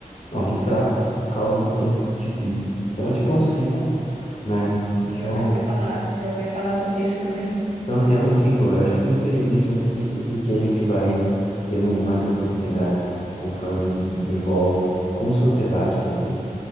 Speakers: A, on the left; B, on the right.
A: Homens fracos causam tempos difíceis. Então é tipo um ciclo, né? Então
B: Sim, eu já ouvi falar, já ouvi falar sobre isso também.
A: Então, assim, é um ciclo. Eu acho que, infelizmente, é um ciclo, porque a gente vai tendo mais oportunidades conforme a gente se desenvolve, como sociedade também,